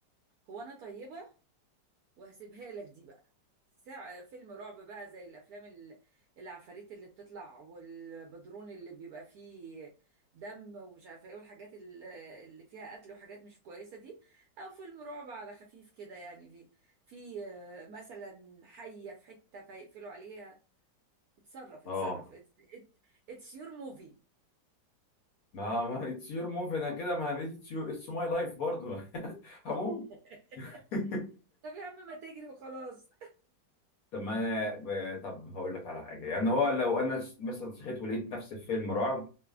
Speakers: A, on the right (about 70°); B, on the left (about 60°).
A: هو انا طيبه وهسيبها لك دي بقى ساعة فيلم رعب بقى زي الافلام ال- العفاريت اللي بتطلع والبدرون اللي بيبقى فيه دم ومش عارفه ايه والحاجات ال- اللي فيها قتل وحاجات مش كويسه دي او فيلم رعب على خفيف كده يعني في في آه، مثلا حيه في حته فيقفلوا عليها اتصرف اتصرف
B: اه
A: اتس يور موفي
B: ما ما اتس يور موف انا كده ما اتس يور اتس ماي لايف برضه <laughs> هموت
A: <laughs>
B: <laughs>
A: طب يا عم ما تجري وخلاص
B: طب ما انا طب هقول لك على حاجه يعني هو لو انا مثلا صحيت ولقيت نفسي في فيلم رعب